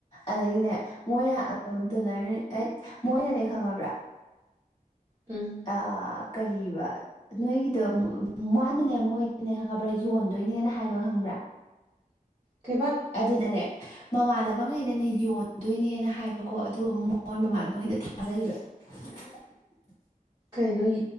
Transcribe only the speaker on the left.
ꯑꯗꯒꯤꯅꯦ ꯃꯣꯏꯅ ꯇꯦꯂꯔ ꯑꯩꯠ ꯃꯣꯏꯅꯅꯦ ꯈꯪꯉꯕ꯭ꯔꯥ
ꯑꯥ ꯀꯔꯤꯕ ꯅꯣꯏꯒꯤꯗꯣ ꯃꯥꯅꯅꯦ ꯃꯣꯏꯗꯅꯦ ꯈꯪꯉꯕ꯭ꯔꯥ ꯌꯣꯟꯗꯣꯏꯅꯦꯅ ꯍꯥꯏꯕ ꯈꯪꯕ꯭ꯔꯥ
ꯑꯗꯨꯅꯅꯦ ꯃꯃꯥꯟꯅꯕꯉꯩꯗꯅꯦ ꯌꯣꯟꯗꯣꯏꯅꯦꯅ ꯍꯥꯏꯕꯀꯣ ꯑꯗꯨ ꯑꯃꯨꯛ ꯃꯣꯏ ꯃꯃꯥꯟꯅꯕꯉꯩꯗꯣ ꯊꯥꯖꯔꯤꯕ <unintelligible>